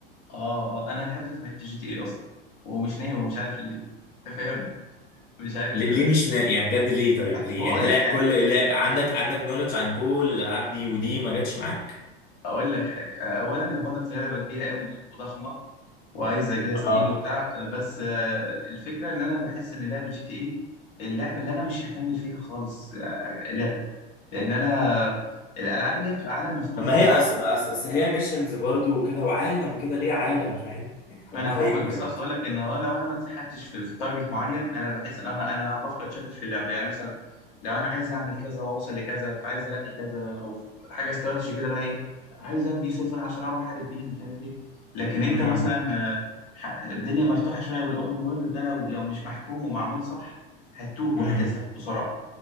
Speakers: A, on the left; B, on the left.
A: اه اه انا لحد دلوقتي ما لعبتش جي تي اي اصلا ومش ناوي ومش عارف ليه انت فاهم مش عارف
B: ليه ليه مش نا... يعني بجد ليه طيب ليه
A: بقول
B: يعني انت
A: لك
B: لاعب
A: حاجه
B: كل لا... عندك عندك نولج عن كل الالعاب دي ودي ما جاتش معاك
A: اقول لك حاجه آه، اولا هي بغض النظر لعبه كبيره قوي وضخمه وعايزه جهاز
B: اه
A: تقيل وبتاع آه، بس آه، الفكره ان انا بحس ان لعبه جي تي اي اللعبه اللي انا مش هكمل فيها خالص آه، لعب لان انا الالعاب اللي هي بتبقى عالم مفتوح
B: طب ما هي أس... ما أس... أس هي ميشنز برضو وكده وعالم كده ليه عالم فاهم يعني حرام
A: انا
B: عليك
A: فاهمك
B: بجد
A: بس اقصد اقول لك ان هو لو انا ما اتسحلتش في, في تارجت معين انا بحس ان انا انا بفقد شغف في اللعبه يعني مثلا لو انا عايز اعمل كذا واوصل لكذا فعايز الاقي كذا او حاجه استراتيجي كده بقى ايه عايز ابني سفن عشان اروح احارب بيها مش عارف ايه لكن انت
B: امم
A: مثلا آه، ح- الدنيا مفتوحه شويه والاوبن وورلد ده لو لو مش محكوم ومعمول صح هتتوه
B: امم
A: وهتزهق بسرعه